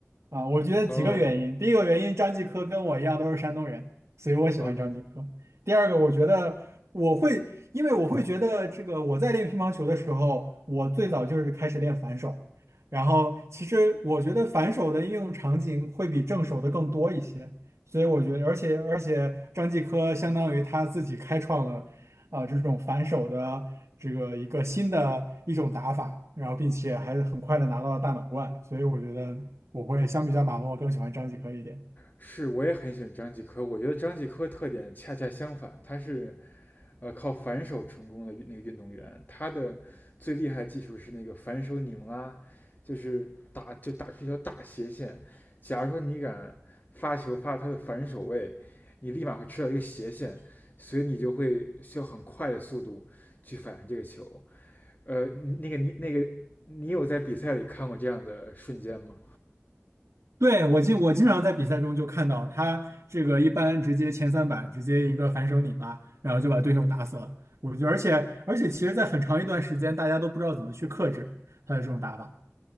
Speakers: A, on the right (about 80°); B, on the left (about 40°).
A: 啊，我觉得几个原因。
B: 哦
A: 第一个原因，张继科跟我一样都是山东人，所以我喜欢张继科。
B: ，OK，
A: 第二个，我觉得我会，因为我会觉得这个我在练乒乓球的时候，我最早就是开始练反手，然后其实我觉得反手的应用场景会比正手的更多一些，所以我觉得，而且而且张继科相当于他自己开创了啊、这种反手的这个一个新的一种打法，然后并且还很快的拿到了大满贯，所以我觉得。我会相比较马龙，我更喜欢张继科一点。
B: 是，我也很喜欢张继科。我觉得张继科特点恰恰相反，他是呃靠反手成功的那个运动员。他的最厉害的技术是那个反手拧拉，就是打就打出一条大斜线。假如说你敢发球发他的反手位，你立马会吃到一个斜线，所以你就会需要很快的速度去反应这个球。呃，那个你那个你有在比赛里看过这样的瞬间吗？
A: 对，我经我经常在比赛中就看到他这个一般直接前三板直接一个反手拧拉，然后就把对手打死了。我觉得，而且而且其实，在很长一段时间，大家都不知道怎么去克制他的这种打法。